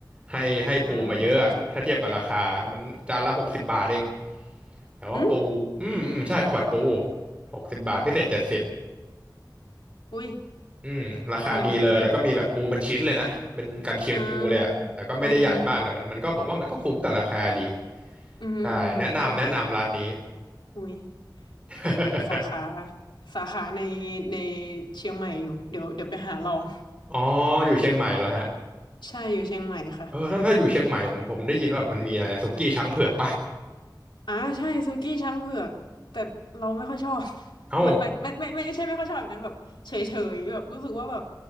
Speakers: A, on the right; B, on the left.
A: ให้ให้ปูมาเยอะอะ
B: อ่าเข้าใจ
A: ถ้าเทียบกับราคามันจานละหกสิบบาทเองแต่ว่าปูอืมอืมใช่ข้าวผัดปู
B: อืม
A: หกสิบบาทพิเศษเจ็ดสิบ
B: อุ้ย
A: อืมราคาดีเลยแล้วก็มีแบบปูเป็นชิ้นเลยนะเป็นกันเชียงปูเลยอะแต่ก็ไม่ได้ใหญ่มากแต่มันมันก็ผมว่ามันก็คุ้มกับราคาดี
B: น่าลอง <laughs> อ่าอ่าฮะอืมอหืมออือหือเข้าใจ
A: ใช่แนะนำแนะนำร้านนี้
B: อุ้ย
A: <laughs>
B: เห็นมีสาขาสาขาในในเชียงใหม่อยู่เดี๋ยวเดี๋ยวไปหาลอง
A: อ๋ออยู่เชียงใหม่เหรอฮะ
B: ใช่อยู่เชียงใหม่ค่ะ
A: เออแล้วถ้าอยู่เชียงใหม่ผมผมได้ยินว่ามันมีอะไรสุกี้ช้างเผือกปะ
B: อ่าใช่ซูกี้ช้างเผือกแต่เราไม่ค่อยชอบ <laughs>
A: เอ้า
B: ไม่ไม่ไม่ไม่ไม่ไม่ใช่ไม่ค่อยชอบอย่างนั้นแบบเฉยเฉยแบบรู้สึกว่าแบบ